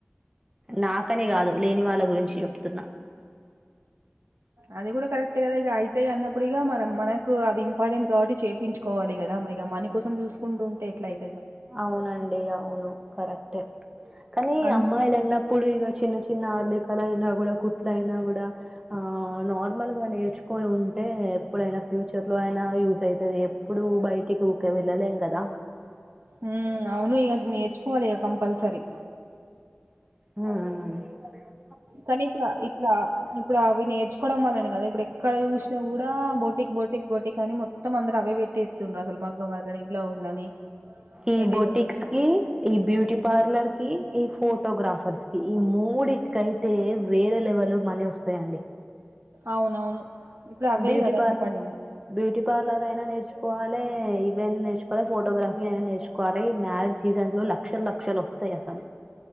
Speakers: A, on the right; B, on the right.
A: నాకని కాదు లేని వాళ్ళ గురించి చెప్తున్నా
B: అది కూడా కరక్ట్ అద ఈ అయితేయి అన్న ఇప్పుడుగా మనం మనకు అది ఇంపార్టెంట్ కాబట్టి చేయించుకోవాలి కదా ఇక మనీ కోసం చూసుకుంటుంటే ఎట్లా అయి
A: అవునండి అవును కరెక్టే కానీ
B: అన్
A: అమ్మాయిలు అన్నప్పుడు ఇగో చిన్న చి చిన్న ఆర్లికల అయినా కూడా కుట్ల అయినా కూడా ఆ నార్మల్ గా నేర్చుకొని ఉంటే ఎప్పుడైనా ఫ్యూచర్ లో అయినా యూజ్ అవుతుంది ఎప్పుడు బయటికి ఊరికే వెళ్ళలేం కదా
B: ఉమ్ అవును ఇగ నేర్చుకోవాలి ఇగ కంపల్సరీ
A: ఉహూ
B: కానీ ఇప్పుడ ఇట్లా ఇప్పుడు అవి నేర్చుకోవడం వల్లనే కద ఇప్పుడు ఎక్కడ చూసినా కూడా బోటిక్ బోటిక్ బోటిక్ కాని మొత్తం అందరు అవే పెట్టేస్తుండ్రు అసలు మగ్గం వర్కు అని బ్లౌజ్ లని
A: ఈ
B: మెటీరియల్
A: బొటిక్స్
B: డ్రెస్.
A: కి ఈ బ్యూటీ పార్లర్ కి ఈ ఫోటోగ్రాఫర్స్ కి ఈ మూడింటికైతే వేరే లెవెల్ మనీ వస్తాయండి.
B: అవునవును ఇప్పుడు అవే
A: బ్యూటీ
B: కదా
A: పార్లర్
B: ఇంపార్టెంట్
A: బ్యూటీ పార్లర్ అయినా నేర్చ్ నేర్చుకోవాలె ఈవెంట్ నేర్చుకోవాలె ఫోటోగ్రఫీ ఐన నేర్చుకోవాలె మ్యారజ్ సీజన్లో లక్షల లక్షలు వస్తయ్ అసలు